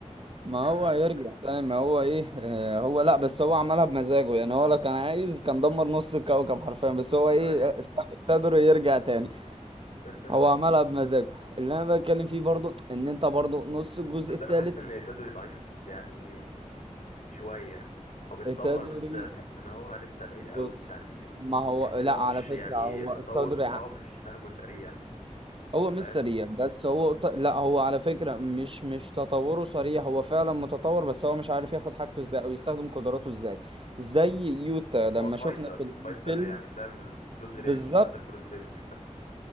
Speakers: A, on the right (about 45°); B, on the left (about 75°).
A: ما
B: <laughs>
A: هو هيرجع تاني ما هو ايه اه هو لا بس هو عملها بمزاجه يعني هو لو كان عايز كان دمر نص الكوكب حرفيا بس هو ايه
B: أي
A: آه، ساب التدر يرجع تاني
B: <laughs>
A: هو عملها بمزاجه اللي انا بتكلم فيه برضو ان انت برضو نص الجزء
B: بس
A: التالت
B: أنا حاسس إن تدري ضعيف يعني شوية هو بيتطور
A: تدري
B: بس تحس إن هو لسه بعيد
A: بص
B: قوي مش عارف ليه
A: ما هو
B: تحس
A: لا
B: إن هو
A: على
B: مش
A: فكرة
B: يعني
A: هو
B: التطور
A: التطور
B: بتاعه
A: يع-
B: مش نهجه سريع
A: هو مش
B: فاهم
A: سريع بس هو ط- لا هو على فكرة مش مش تطوره سريع هو فعلا متطور بس هو مش عارف ياخد حاجته ازاي او يستخدم قدراته ازاي زي يوتا لما
B: هو فايتر
A: شفنا في الفيلم
B: فايتر يعني فاهم كلوز
A: بالظبط
B: رينج فايتر كلوز رينج